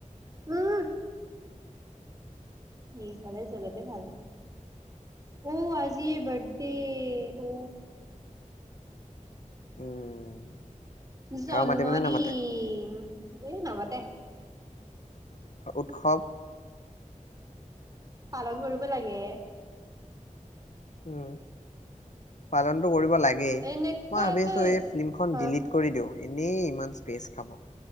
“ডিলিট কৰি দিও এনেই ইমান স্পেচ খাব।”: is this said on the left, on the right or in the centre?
Left